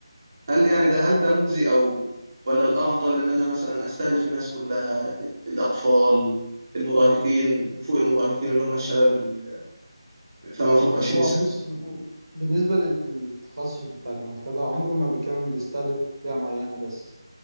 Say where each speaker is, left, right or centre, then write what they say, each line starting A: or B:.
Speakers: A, on the right; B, on the right.
A: هل يعني ده هل ده مجزي او ولا الافضل ان انا مثلا استهدف الناس كلها الاطفال المراهقين وفوق المراهقين اللي هم الشباب اللي فما فوق 20
B: هو
A: سنة
B: بص بالنسبة للتخصص بتاع المكتبة عمره ما كان بيستهدف فئة معينة بس